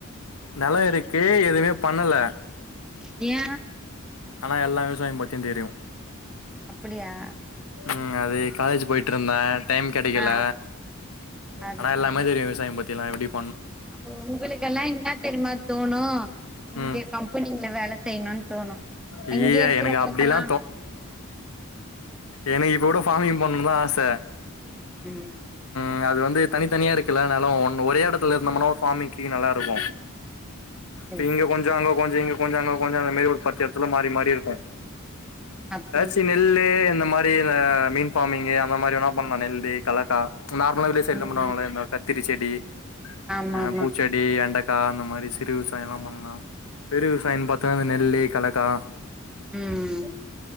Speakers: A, on the left (about 85°); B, in the centre.
A: நெலோ இருக்கு எதுமேப் பண்ணல
B: ஏ
A: ஆனா எல்லா விவசாயம் பத்தியுந் தெரியு
B: அப்புடியா
A: ம் அது காலேஜூ போயிட்ருந்தே டைம் கெடைகல
B: ஆ அதுக்காக
A: ஆனா எல்லாமே தெரியு விவசாயம் பத்திலா எப்டிப்
B: அப்போ உங்குளுக்கெல்லா என்னத் தெரிமாத் தோணு இங்க
A: ம்
B: கம்பெனிங்ல வேல செய்ணுன் தோணு
A: ஐய்யய்ய
B: இங்கே இருக்கறவுங்களுக்கெல்லாம்
A: எனக்கு அப்டிலா எனகு இப்போ கூட ஃபார்மிங் பண்ணனுதா ஆச
B: ம்
A: இங்க அது வந்து தனித்தனியா இருக்கில அன்னால ஒன்னு ஒரே எடத்துல இருந்தமனா ஒரு ஃபார்மிங்கி நல்லாருகு
B: சரி
A: இப்ப இங்க கொஞ்சோ அங்க கொஞ்சோ இங்க கொஞ்சோ அங்க கொஞ்சோ அந்த மேரி ஒரு பத்து எடத்துல மாரி மாரி இருக்கு
B: அப்படியா
A: ஆச்சி நெல்லு இந்த மாரி இந்த மீன் ஃபார்மிங்கு அந்த மாரி வேணாப் பண்லா நெல்லு கலக் கா நார்மலா வில்லேஜ் சைட்லாம்
B: ம்
A: பண்ணுவாங்கல்ல இந்த கத்திரிசெடி
B: ஆமா
A: அ
B: ஆமா
A: பூச்செட் டி அண்டக்கா அந்த மாரி சிறு விவசாயலாம் பண்லா பெரு விவசாயன் பாத்தா இந்த நெல்லு கலகா
B: ம் ம்